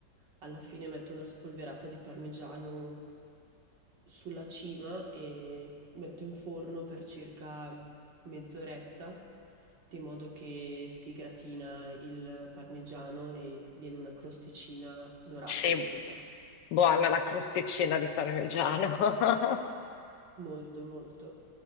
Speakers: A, on the right; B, on the left.
A: alla fine metto una spolverata di parmigiano sulla cima e metto in forno per circa mezz'oretta, di modo che si gratina il parmigiano e viene una crosticina dorata
B: sì,
A: sopra.
B: buona la crosticina di parmigiano. <laughs>
A: Molto, molto.